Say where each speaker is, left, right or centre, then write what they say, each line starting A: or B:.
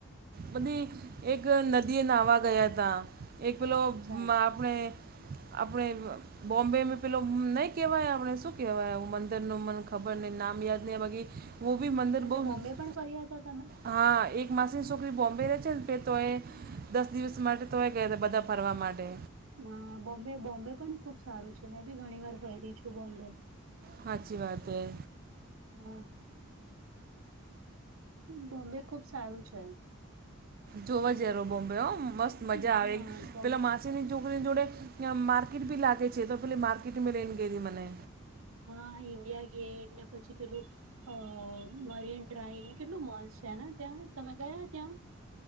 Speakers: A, on the right (about 45°); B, on the right (about 85°).
A: બધી એક નદી નાહવા ગયા તા. એક પેલો
B: અચ્છા
A: માં આપણે આપણે બોમ્બેં પેલો નહી કેવાય આપણે શું કેવાય મંદિર નું મને ખબર નય નામ યાદ નય બાકી હું ભી મંદર
B: અચ્છા
A: બહુ
B: બોમ્બે
A: જ
B: પણ ફર્યા હતા તમે
A: હા એક માસી ની છોકરી બોમ્બે રહે છે ને તો એ દસ દિવસ માટે તોય ગયા હતા બધા ફરવા માટે.
B: હા બોમ્બે બોમ્બે પણ ખુબ સારું છે મેં બી ઘણી વાર ગયેલી છું બોમ્બે
A: હાચી વાત હૈ.
B: હા. બોમ્બે ખુબ સારું છે.
A: જોવા જે રો બોમ્બે હો મસ્ત મજા
B: હા
A: આવે
B: બોમ્બે
A: પેલા મા સીની છોકરી જોડે માર્કેટ ભી લાગે છે તો પહેલી માર્કેટમાં લેને ગયલી મને.
B: હા ઇન્ડિયા ગેટ ને પછી પેલું અ મરીન ડ્રાઈવ કેટલું મસ્ત છે ને ત્યાં તમે ગયા ત્યાં?